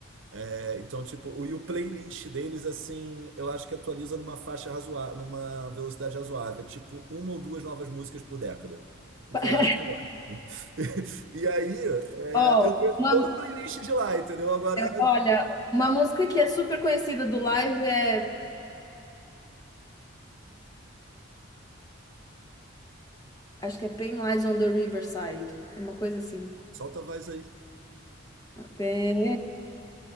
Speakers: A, on the right (about 65°); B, on the left (about 20°).
A: É, Então, tipo, o, e o playlist deles, assim, eu acho que atualiza numa faixa razoável, numa velocidade razoável, tipo uma ou duas novas músicas por década. O
B: <laughs>
A: que eu acho que tá ótimo. <laughs> E aí, é,
B: Ó,
A: eu conheço
B: uma-
A: todo o playlist de lá, entendeu? Agora,
B: olha, uma música que é super conhecida do live é. Acho que é Pain Lies on the Riverside. É uma coisa assim.
A: solta a voz aí.
B: Pain